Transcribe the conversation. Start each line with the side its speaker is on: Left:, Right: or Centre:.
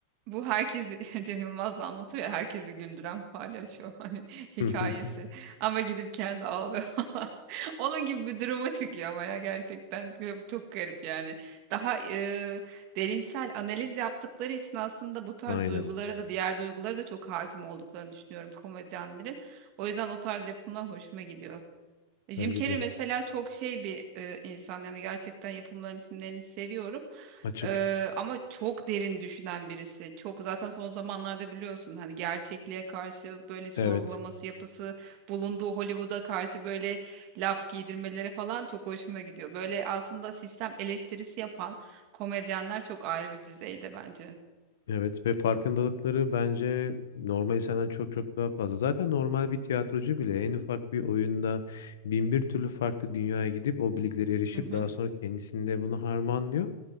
Right: Bu herkesi <laughs> Cem Yılmaz da anlatıyor ya herkesi güldüren palyaço hani <laughs> hikayesi.
Left: <laughs>
Right: Ama gidip kendi ağlıyor. <laughs> Onun gibi bir duruma çıkıyor ama ya gerçekten çok, çok garip yani. Daha e, derinsel analiz yaptıkları için aslında bu tarz
Left: Aynen
Right: duygulara da diğer duygulara da çok hakim olduklarını düşünüyorum komedyenlerin. O yüzden o tarz yapımlar hoşuma gidiyor. E,
Left: bence
Right: Jim Carrey
Left: de
Right: mesela çok şey bir e, insan yani gerçekten yapımların isimlerini seviyorum.
Left: açık
Right: Eee, ama çok derin düşünen birisi. Çok zaten son zamanlarda biliyorsun hani gerçekliğe karşı böyle sorgulaması
Left: evet
Right: yapısı bulunduğu Hollywood'a karşı böyle laf giydirmeleri falan çok hoşuma gidiyor. Böyle aslında sistem eleştirisi yapan komedyenler çok ayrı bir düzeyde bence.
Left: Evet ve farkındalıkları bence normal insandan çok çok daha fazla. Zaten normal bir tiyatrocu bile en ufak bir oyunda bin bir türlü farklı dünyaya gidip o bilgilere erişip
Right: Hı hı.
Left: daha sonra kendisinde bunu harmanlıyor.